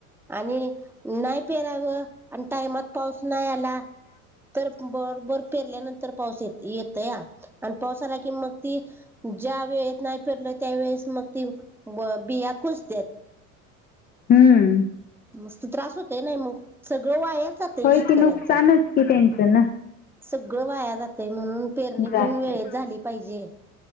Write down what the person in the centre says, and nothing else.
आणि नाही पेरावं आणि टाइमात पाऊस नाही आला तर बरबर पेरल्यानंतर तर पाऊस येत येत या आणि पावसाला की मग ती ज्या वेळे नाही फिरलं त्या वेळेस मग ती बिया कुच देत
मस्त त्रास होतय नाही मग सगळं वाया जातय
शेतकऱ्यांच
सगळं वाया जातय म्हणून पेरणी
पण वेळेत झाली पाहिजे